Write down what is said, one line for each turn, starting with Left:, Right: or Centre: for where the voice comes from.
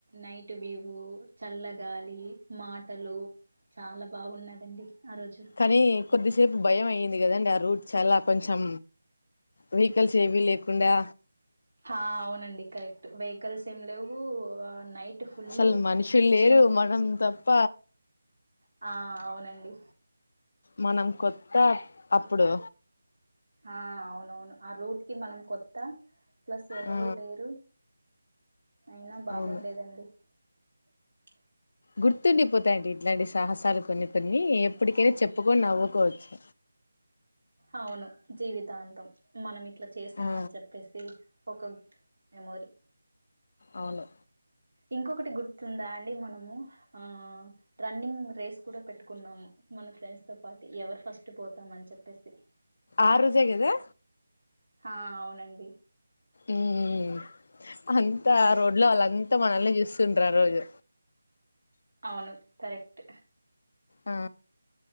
Right: నైట్ వ్యూ చల్లగాలి మాటలు చాలా బాగున్నదండి ఆ రోజు
Left: కానీ కొద్దిసేపు భయం అయింది అయింది కదండి ఆ రూట్ చాలా కొంచెం వెహికల్ సేవి లేకుడా
Right: అవునండి కరెక్ట్ వెహికల్స్ ఏం లేవు నైట్ ఫుల్
Left: అసలు మనుషులు లేరు
Right: చీకటి
Left: మనం తప్ప
Right: ఆ అవునండి
Left: మనం కొత్త అప్పుడు
Right: ఆ అవునవును ఆ రూట్ కి మనం కొత్త ప్లస్ ఎవరు
Left: ఆ
Right: లేరు అయినా బాగుండేదండి
Left: అవును
Right: హా
Left: గుర్తుండిపోతాయండి ఇట్లాంటి సాహసాలు కొన్ని కొన్ని ఎప్పటికైనా చెప్పుకొని నవ్వుకోవచ్చు
Right: అవును జీవితాంతం మనం ఇట్లా చేసినాం
Left: ఆ
Right: అని చెప్పేసి ఒక మెమోరీ
Left: అవును
Right: ఇంకొకటి గుర్తుందా అండి మనము ఆ రన్నింగ్ రేస్ కూడా పెట్టుకున్నము మన ఫ్రెండ్స్ తో పాటు ఎవరు ఫస్ట్ పోతాం అని చెప్పేసి
Left: ఆ రోజేగదా
Right: ఆ అవునండి
Left: ఉమ్ అంతా రోడ్లో వాళ్ళు అంతా మనల్ని చూస్తుంటారు ఆ రోజు
Right: అవును కరెక్ట్
Left: ఆ